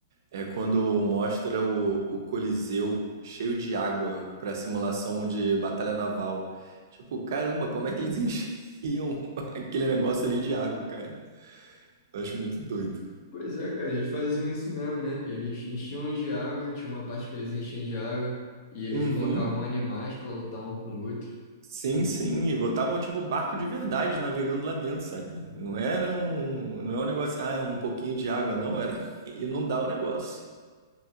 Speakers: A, on the right; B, on the left.
A: É quando mostra o, o Coliseu cheio de água pra simulação de batalha naval. Tipo, caramba, como é que eles <laughs> enchiam aquele negócio ali de água, cara? Eu acho muito doido.
B: Pois é, cara, eles faziam isso mesmo, né? Eles enchiam de água, tinha uma parte que eles enchiam de água e eles
A: Uhum.
B: colocavam animais pra lutar um com o outro.
A: Sim,
B: De-
A: sim, e botavam tipo barco de verdade navegando lá dentro, sabe? Não era um, não é um negócio, ah, é um pouquinho de água, não era. <laughs> E não dá o negócio.